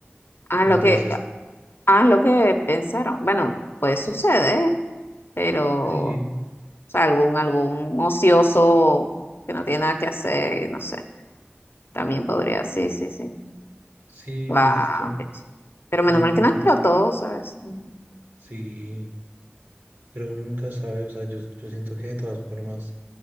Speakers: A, on the left; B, on the right.
A: ah,
B: mientras
A: lo que,
B: es...
A: ah, lo que pensaron. Bueno, puede suceder, pero,
B: Sí,
A: o sea, algún, algún ocioso que no tiene nada que hacer y no sé, también podría, sí, sí, sí.
B: sí,
A: Wow,
B: pues es que
A: Pero
B: uno
A: menos mal
B: nunca,
A: que no explotó, ¿sabes? Ujú.
B: sí, pero uno nunca sabe, o sea, yo, yo siento que de todas formas